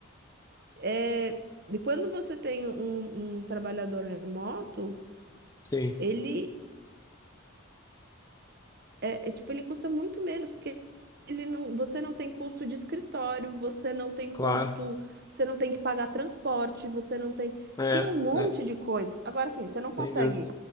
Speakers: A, on the right; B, on the left.
A: é, de quando você tem um um trabalhador remoto.
B: sim,
A: ele é, é, tipo, ele custa muito menos, porque ele não, você não tem custo de escritório, você não tem
B: claro.
A: custo, você não tem que pagar transporte, você não tem,
B: É,
A: tem um monte
B: é,
A: de coisas. Agora sim, você não consegue,
B: sem dúvida.